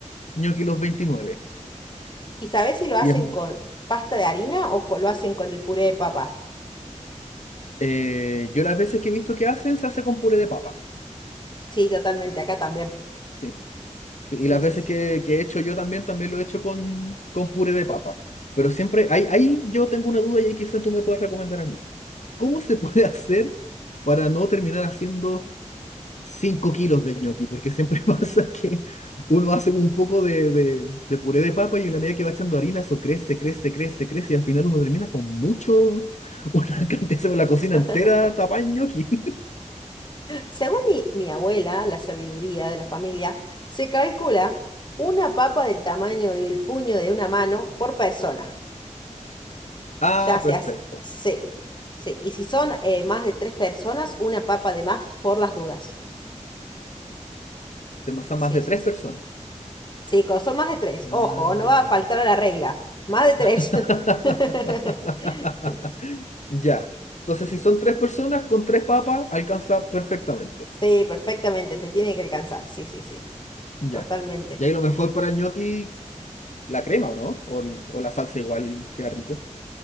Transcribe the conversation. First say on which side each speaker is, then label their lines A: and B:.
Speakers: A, on the left; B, on the left.
A: gnocchi los 29.
B: ¿Y sabés si lo hacen
A: Y es,
B: con pasta de harina o co- lo hacen con el puré de papa?
A: eh, yo las veces que he visto que hacen, se hace con puré de papa.
B: Sí, totalmente, acá también.
A: sí. Sí,
B: Sí,
A: y las
B: sí,
A: veces
B: sí.
A: que, que he hecho yo también, también lo he hecho con, con puré de papa. Pero siempre, ahí, ahí yo tengo una duda y ahí quizás tú me puedas recomendar a mí. ¿Cómo se puede <laughs> hacer para no terminar haciendo 5 kilos de ñoqui? Porque siempre <laughs> pasa que uno hace un poco de, de, de puré de papa y en la medida que va echando harina, eso crece, crece, crece, crece y al final uno termina con mucho, <laughs> una cantidad, se ve la cocina
B: <laughs>
A: entera tapada en ñoqui. <laughs>
B: Según mi, mi abuela, la sabiduría de la familia, se calcula una papa del tamaño del puño de una mano por persona.
A: Ah,
B: Ya se
A: perfecto.
B: hace. Sí, sí. Y si son eh, más de tres personas, una papa de más por las dudas.
A: Te- Son
B: Sí,
A: más de
B: sí,
A: tres
B: sí.
A: personas.
B: Sí, cuando son más de tres.
A: Ah.
B: Ojo, no va a faltar a la regla. Más de tres.
A: <laughs>
B: <laughs>
A: Ya. Entonces, si son tres personas con tres papas, alcanza perfectamente.
B: Sí, perfectamente. Te tiene que alcanzar. Sí, sí, sí.
A: Ya.
B: Totalmente.
A: Y ahí lo mejor para el ñoqui, la crema, ¿o no? O, el- o la salsa igual queda rico.